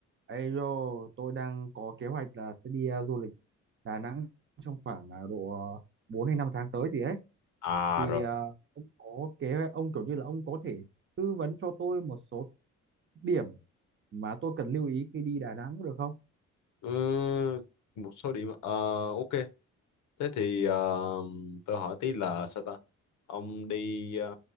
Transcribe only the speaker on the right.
Ê yo, tôi đang có kế hoạch là sẽ đi ờ, du lịch Đà Nẵng trong khoảng ờ, độ ờ, 4 hay 5 tháng tới gì ấy.
Thì
ờ, ông có kế ông kiểu như là ông có thể tư vấn cho tôi một số điểm mà tôi cần lưu ý khi đi Đà Nẵng được không?